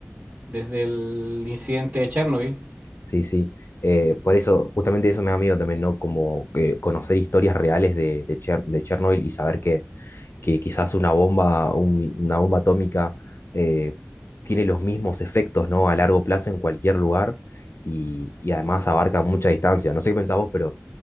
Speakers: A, on the right; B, on the left.
A: desde el incidente de Chernobyl.
B: Sí, sí. Eh, por eso, justamente eso me da miedo también, ¿no? Como que conocer historias reales de, de Cher- de Chernobyl y saber que que quizás una bomba, un- una bomba atómica eh, tiene los mismos efectos, ¿no? A largo plazo en cualquier lugar y, y además abarca mucha distancia. No sé qué pensás vos, pero